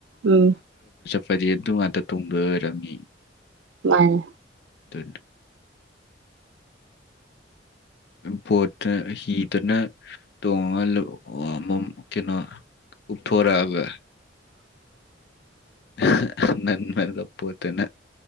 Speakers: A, on the right (about 75°); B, on the left (about 60°).
A: ꯎꯝ
B: ꯐꯗꯤ ꯑꯗꯨ ꯉꯥꯛꯇ ꯇꯣꯡꯕ ꯑꯣꯏꯔꯝꯅꯤ
A: ꯃꯥꯅꯦ
B: ꯗꯨꯅꯦ ꯄꯣꯠꯇ ꯍꯤꯗꯨꯅ ꯇꯣꯡꯉꯒ ꯂꯨꯄ ꯑꯣ ꯃꯣ ꯀꯩꯅꯣ ꯎꯄꯊꯣꯛꯔꯛꯑꯒ
A: <inaudible>
B: ꯍ ꯍ ꯅꯪꯅ ꯑꯗꯨꯝ ꯄꯣꯠꯇꯨꯅ